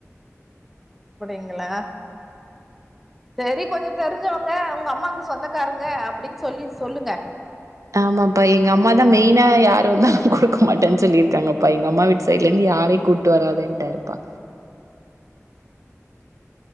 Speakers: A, in the centre; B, on the right (about 80°).
A: அப்டிங்களா செரி கொஞ்சோ தெரிஞ்சவங்க உங்க அம்மாக்கு சொந்தக்காரங்க அப்டின்னு சொல்லி சொல்லுங்க
B: ஆமாப்பா எங்க அம்மா தா மெயினா யாரு வந்தாலு குடுக்க மாட்டேன்னு சொல்லிருக்காங்கப்பா எங்க அம்மா வீட்டு சைடுல இருந்து யாரையு கூட்டு வராதன்ட்டாருப்பா
A: <inaudible>